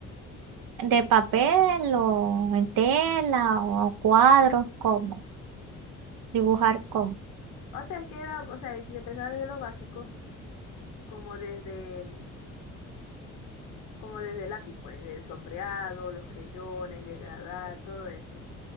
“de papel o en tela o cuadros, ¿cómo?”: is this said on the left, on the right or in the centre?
Right